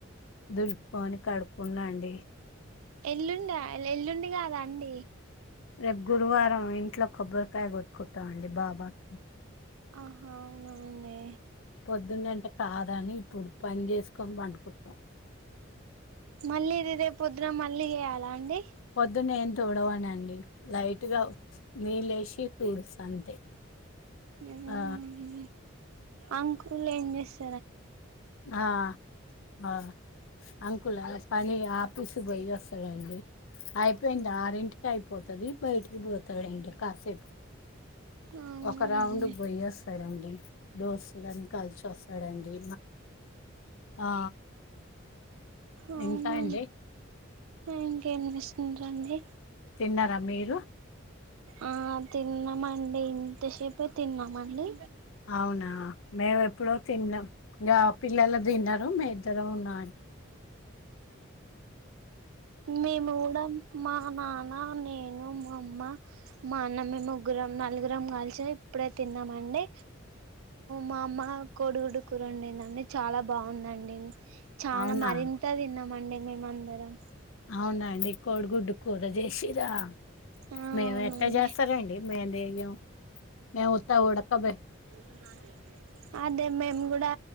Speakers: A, on the left; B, on the right.
A: దులుపుకోని కడుక్కున్నా అండి.
B: ఎల్లుండా ఎల్లుండి కాదా అండి.
A: రేపు గురువారం ఇంట్లో కొబ్బరికాయ కొట్టుకుంటామండి బాబాకి.
B: ఆహా అవునా అండి.
A: పొద్దున్నంటే కాదని ఇప్పుడు పని చేసుకొని పండుకుంటాం.
B: మళ్ళీ రేరేపొద్దునా మ ళ్లియాల అండి
A: పొద్దున్న ఏం తోడవానండి లైట్గా నీళ్ళ వసి పీల్స్ అంతే
B: అవునా
A: ఆ
B: అండి. అంకుల్ ఏం చేస్తాన
A: ఆ ఆ అంకుల్ అ పని ఆఫీస్ పోయి వస్తాడంండి అయిపోయింది ఆరింటికి అయిపోతుది బయటికి పోతాడండి కాసేపు
B: అవునా
A: ఒక రౌండ్
B: అండి
A: పోయ్య వస్తాడండి దోస్తుడుని కలిసి వస్తాడుడి ఆ
B: అవునా
A: ఇంకా అండి
B: ఇంకేం చేస్తునటుర అండి
A: తిన్నారా మీరు
B: ఆ తిన్నామండి ఇంతసేపే తిన్నామండి
A: అవునా మేము ఎప్పుడో తిన్నాం ఇంకా పిల్లలు తిన్నారురు మే ఇద్దరం ఉన్నా
B: మేము కూడా మా నాన్న నేను మా అమ్మ మా అన్న మేము ముగ్గురం నలుగురం కాలిచిన ఇప్పుడే తిన్నామండి మా అమ్మ కొడుగుడు కూరు ఉండిందండి చాలా బాగుందండి చనా
A: అవునా?
B: మరింత తిన్నామండి మేం అందరం
A: అవునండి కోడిగుడ్డు కూర చేసిరా
B: ఆ
A: మేము
B: అవునండి
A: ఎంత చేస్తారంండి మేము దగం మేముత్త ఉడకబట్
B: దకుని అదే మేము కూడా